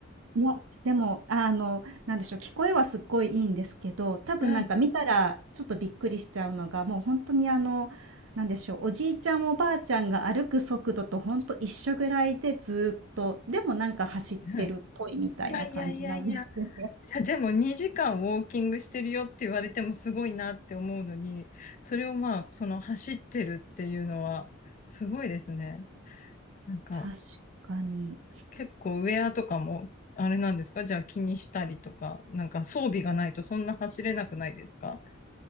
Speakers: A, on the right; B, on the left.
A: いや、でも、あの、なんでしょう、聞こえはすっごいいいんですけど、多分なんか見たらちょっとびっくりしちゃうのが、
B: うん。う
A: もう本当にあの、なんでしょう、おじいちゃんおばあちゃんが歩く速度とほんと一緒ぐらいでずっと、でもなんか走ってるっぽいみたいな感じなんですね。
B: んいやいやいやいや。いや、でも2時間ウォーキングしてるよって言われてもすごいなって思うのに、それをまあ、その走ってるっていうのは、すごいですね。なんか、
A: 確かに。
B: 結構ウェアとかも、あれなんですかじゃあ気にしたりとか、なんか装備がないとそんな走れなくないですか